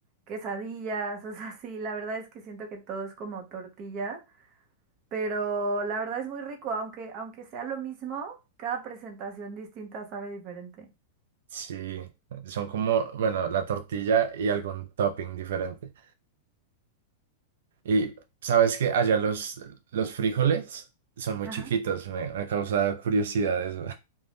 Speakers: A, on the right (about 30°); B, on the right (about 75°).
A: quesadillas, <laughs> o sea, sí, la verdad es que siento que todo es como tortilla, pero la verdad es muy rico, aunque, aunque sea lo mismo, cada presentación distinta sabe diferente.
B: Sí, son como, bueno, la tortilla y algún topping diferente. Y sabes que allá los, los frijoles son muy
A: Ajá.
B: chiquitos, me, me causa curiosidad eso.